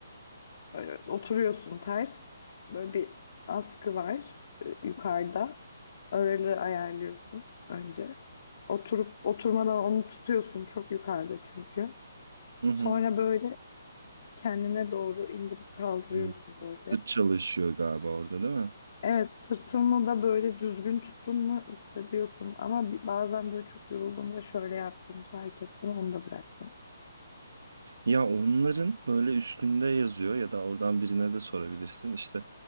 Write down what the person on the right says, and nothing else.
Hı hı.
Hı.
Sırt çalışıyor galiba orada değil mi?
Ya onların böyle üstünde yazıyor ya da oradan birine de sorabilirsin. İşte